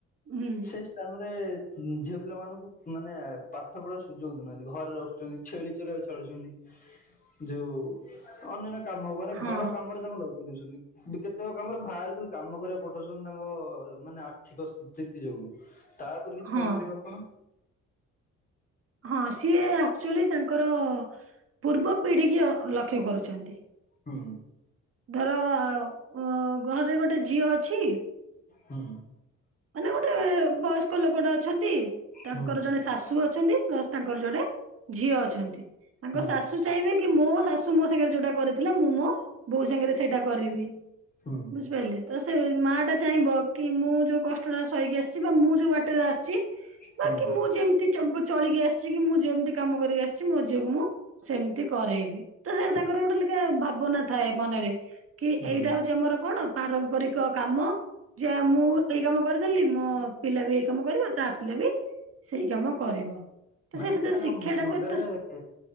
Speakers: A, on the right; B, on the left.
A: ହୁଁ
B: ସେ ସ୍ଥାନରେ ଝିଅ ପିଲା ମାନଙ୍କୁ ମାନେ ପାଠ ପଢା ସୁଯୋଗ ଦଉନାହାନ୍ତି ଘରେ ରହୁ ଛେଳି ଚରେଇବାକୁ ଛାଡୁଛନ୍ତି ଯୋଉ ଅନ୍ୟାନ୍ୟ କାମ ମାନେ
A: ହଁ
B: ଘର କାମରେ ତାଙ୍କୁ ଲଗେଇ ଦଉଛନ୍ତି। କେତେକ କାମରେ ବାହାରକୁ ବି କାମ କରିବା ପଠଉଛନ୍ତି ତାଙ୍କ ମାନେ ଆର୍ଥିକ ସ୍ଥିତି ଯୋଗୁ। ତା ଉପରେ କିଛି
A: ହଁ
B: କହିପାରିବେ ଆପଣ।
A: ହଁ ସିଏ ଆକ୍ଚୁଆଲି ତାଙ୍କର ପୂର୍ବ ପିଢୀ କି ଲକ୍ଷ୍ୟ କରୁଛନ୍ତି।
B: ହୁଁ।
A: ଧର ଅ ଘରେ ଗୋଟେ ଝିଅ ଅଛି
B: ହୁଁ।
A: ମାନେ ଗୋଟେ ବୟସ୍କ ଲୋକଟେ ଅଛନ୍ତି ତାଙ୍କର
B: ହୁଁ
A: ଜଣେ ଶାଶୁ ଅଛନ୍ତି। ପ୍ଲସ୍ ତାଙ୍କର ଯୋଡ଼େ ଝିଅ ଅଛନ୍ତି ତାଙ୍କ
B: ହୁଁ
A: ଶାଶୁ ଚାହିଁବେ କି ମୋ ଶାଶୁ ମୋ ସାଙ୍ଗରେ ଯୋଉଟା କରି ହେଲେ ମୁଁ ମୋ ବୋହୁ ସାଙ୍ଗେରେ ସେଇଟା କରିବି
B: ହୁଁ
A: ବୁଝିପାଇଲେ ତ ସେ ମାଟା ଚାହିଁବ। କି ମୁଁ ଯୋଉ କଷ୍ଟଟା ସହିକି ଆସିଚି ବା ମୁଁ ଯୋଉ ବାଟରେ ଆସିଚି
B: ହୁଁ
A: ବା କି ମୁଁ ମୁଁ ଯେମତି ଚବ ଚଳିକି ଆସିଚି କି ମୁଁ ଯେମତି କାମ କରିକି ଆସିଚି ମୋ ଝିଅକୁ ମୁଁ ସେମତି କରେଇବି ତ ସେଟା ତାଙ୍କର ଗୋଟେ ଅଲିକା ଭାବନା ଥାଏ ମନରେ। କି
B: ହୁଁ
A: ଏଇଟା ହଉଚି ଆମର କଣ ପାରମ୍ପରିକ କାମ ଯେ ମୁଁ ଏଇ କାମ କରିଦେଲି ମୋ ପିଲା ବି ଏଇ କାମ କରିବ ତା ପିଲା ବି ସେଇ କାମ କରିବ। ତ
B: ମାନେ
A: ସେଥିରେ
B: ସେ ତାଙ୍କ
A: ଶିକ୍ଷା ଟାକୁ
B: ମୁଣ୍ଡରେ
A: ଏତେ
B: କେ